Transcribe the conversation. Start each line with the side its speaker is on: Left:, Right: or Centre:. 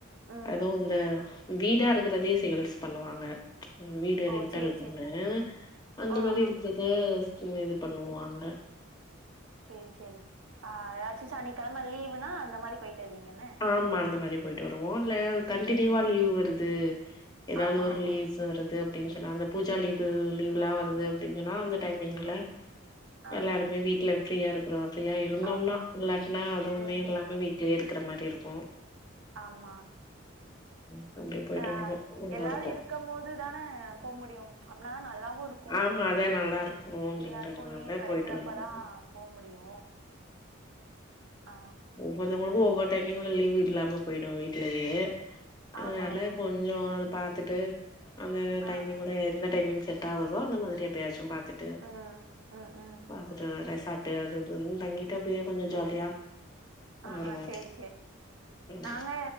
Right: ம்
Left: அது
Right: ம்
Left: இந்த வீடா இருக்கிறதே சேல்ஸ் பண்ணுவாங்க வீடு
Right: ஓ
Left: ரெண்ட்டல்க்குண்ணு
Right: சரி சரி
Left: அந்த
Right: ஆ
Left: மாதிரி
Right: ஆ
Left: இருக்கிறத ம் இது பண்ணுவாங்க
Right: சேரி சேரி ஆ ஏதாச்சு சனிக்கெழம லீவுனா அந்த மாரி போயிட்டு வருவீங்க என்ன
Left: ஆமா அந்த மாரி போயிட்டு வருவோ இல்ல கண்டினியூவா
Right: சேரி சேரி
Left: லீவ் வருது ஏதாவது
Right: ஆமா
Left: ஒரு
Right: ஆமா
Left: லீவ்ஸ் வரு து அப்டின்னு சொன்னா அந்த பூஜா லீவு லீவ்லா வருது அப்டின்னு சொன்னா அந்த டைமிங்ல
Right: ஆ
Left: எல்லாருமே
Right: ஆ
Left: வீட்ல ஃப்ரீயா இருக்கறோ ஃப்ரீயா இருந்தோம்னா
Right: ஆமா
Left: இல்லாட்னா அதுவுமே
Right: ம் சேரி
Left: எல்லாமே
Right: சேரி
Left: வீட்லயே இருக் கிற மாரி இருக்கு
Right: ஆமா
Left: ம் அப்டியே போயிட்டு
Right: ஆ
Left: வருவோ நல்லா
Right: எல்லாரு
Left: இருக்கு
Right: இருக்கும் போது தான போ முடியும் அப்பனாதா நல்லாவு இருக் கு
Left: ஆமா அதா நல்லா இருக்கு அப்டிங்கறதுனால
Right: எல்லாருக்கு லீவ் கடைக்கிறப்ப
Left: போயிட்டு வருவோ
Right: தா போ முடியு ஆ
Left: ஒவ்வொருத்தவங்களுக்கும் ஒவ்வொரு டைமிங்கிலும் லீவு இல்லாம போயிடும் வீட்டுலேயே ஆ
Right: ஆமா
Left: அதா
Right: ஆமா
Left: கொஞ்ச அத பாத்துட்டு அந்த
Right: ஆ
Left: டைமிங்ல
Right: ஆ
Left: எந்த டைமிங் சேட் அவுதோ அந்த மாதிரி எப்பாயாச்சும் பாத்துட்டு
Right: ம் ம் ம்
Left: பாத்துட்டு ரெஸ்ஸுட் ட்டூ அது‌ வந்து தங்கிட்டு அப்டியே கொஞ்சம்
Right: சேரி
Left: ஜாலியா
Right: சேரி ஆ
Left: வருவோ
Right: ஆ சேரி
Left: ம்
Right: நாங்க